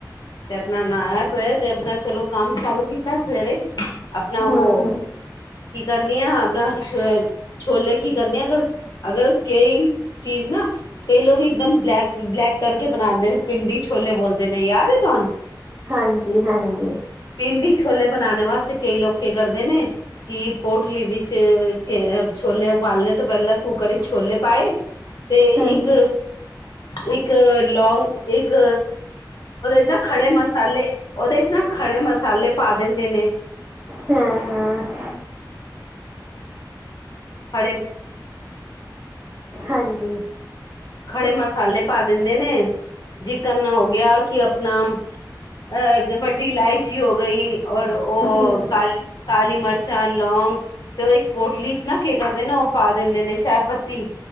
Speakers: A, on the left; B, on the right.
A: ਤੇ ਆਪਣਾ ਨਹਾਇਆ ਧੋਇਆ ਤੇ ਆਪਣਾ ਚਲੋ ਕੰਮ ਚਾਲੂ ਕੀਤਾ ਸਵੇਰੇ ਆਪਣਾ ਵੋ
B: ਹਮ ਹਮ
A: ਕੀ ਕਹਿੰਨੀ ਆ ਆਪਣਾ ਛੋ ਛੋਲੇ ਕੀ ਕਰਨੇ ਅਗਰ ਅਗਰ ਕਈ ਚੀਜ਼ ਨਾ ਕਈ ਲੋਕ ਇਕਦਮ ਬਲੈਕ ਬਲੈਕ ਕਰਕੇ ਬਣਾਉਂਦੇ ਨੇ ਪਿੰਡੀ ਛੋਲੇ ਬੋਲਦੇ ਨੇ ਯਾਦ ਹੈਂ ਤੁਹਾਨੂੰ
B: ਹਾਂਜੀ ਹਾਂਜੀ
A: ਪਿੰਡੀ ਛੋਲੇ ਬਣਾਉਣੇ ਵਾਸਤੇ ਕਈ ਲੋਕ ਕੀ ਕਰਦੇ ਨੇ ਕਿ ਪੋਟਲੀ ਵਿੱਚ ਕੇ ਛੋਲੇ ਉਬਾਲਣ ਤੋਂ ਪਹਿਲਾਂ ਕੁੱਕਰ ਵਿਚ ਛੋਲੇ ਪਾਏ ਤੇ
B: ਹਾਂ
A: ਇੱਕ
B: ਹਾਂ
A: ਇੱਕ ਲੌਂਗ ਇੱਕ ਮਤਲਬ ਐਹਦਾ ਖੜੇ ਮਸਾਲੇ ਉਹਦੇ 'ਚ ਨਾ ਖੜੇ ਮਸਾਲੇ ਪਾ ਦਿੰਦੇ ਨੇ
B: ਹਮ ਹਮ
A: ਖੜੇ
B: ਹਾਂਜੀ
A: ਖੜੇ ਮਸਾਲੇ ਪਾ ਦਿੰਦੇ ਨੇ ਜਿਕਰਨ ਹੋ ਗਿਆ ਕਿ ਆਪਣਾ ਅਹ ਵੱਡੀ ਇਲਾਇਚੀ ਹੋ ਗਈ ਔਰ ਉਹ
B: ਹਮ
A: ਕਾਲ ਕਾਲੀ ਮਿਰਚਾਂ ਲੌਂਗ ਤੇ ਉਹ ਇੱਕ ਪੋਟਲੀ 'ਚ ਨਾ ਕੀ ਕਰਦੇ ਨਾ ਉਹ ਪਾ ਦਿੰਦੇ ਨੇ ਚਾਹ ਪੱਤੀ